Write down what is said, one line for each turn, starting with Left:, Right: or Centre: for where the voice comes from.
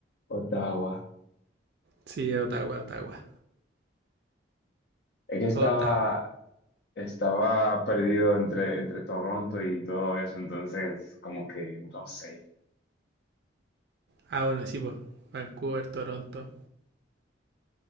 Left: Ottawa.
Right: Sí, Ottawa, Ottawa.
Left: Es que estaba,
Right: Ottawa.
Left: estaba perdido entre, entre Toronto y todo eso, entonces como que no sé.
Right: Ah, bueno, sí, pues. Vancouver, Toronto.